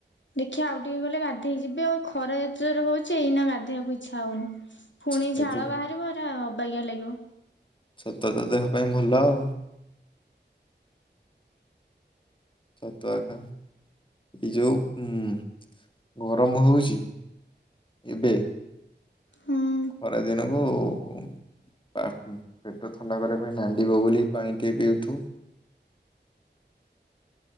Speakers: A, on the left; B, on the left.
A: ଦେଖିଆ ଆଉ ଟିକେ ଗଲେ ଗାଧେଇ ଯିବି ଆଉ ଖରା ଏତେ ଯୋରେ ହୋଉଛି ଏଇନା ଗାଧେଇବାକୁ ଇଚ୍ଛା ହଉନି। ପୁଣି
B: ଛତୁଆ
A: ଝାଳ
B: ତ
A: ବାହାରିବ ଅବାଗିଆ ଲାଗିବ।
B: ସଟାତ ଦେହ ପାଇଁ ଭଲ ଆଉ। ଛତୁଆ ଖାଆଇକି ଯୋଉ ଉଁ ଗରମ ହୋଉଛି ଏବେ
A: ହଁ
B: ଖରା ଦିନକୁ ପା ପେଟ ଥଣ୍ଡା କରିବା ପାଇଁ ନାଣ୍ଡିବଗୁଲି ପାଣି ଟକେ ପିଇଉଥୁବୁ।